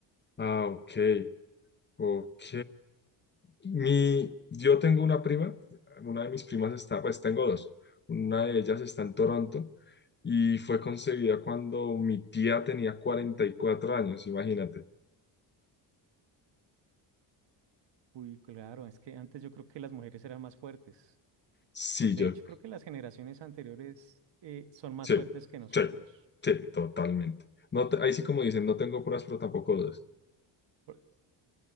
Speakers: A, on the left; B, on the right.
A: Ah, ok, ok. Mi, yo tengo una prima, una de mis primas está, pues tengo dos, una de ellas está en Toronto y fue concebida cuando mi tía tenía 44 años, imagínate.
B: Uy, claro, es que antes yo creo que las mujeres eran más fuertes.
A: Sí,
B: Por- de
A: yo,
B: hecho, creo que las generaciones anteriores eh, son más
A: sí,
B: fuertes que nosotros.
A: sí, sí, totalmente. No, te- ahí sí como dicen, no tengo pruebas, pero tampoco dudas.
B: Por-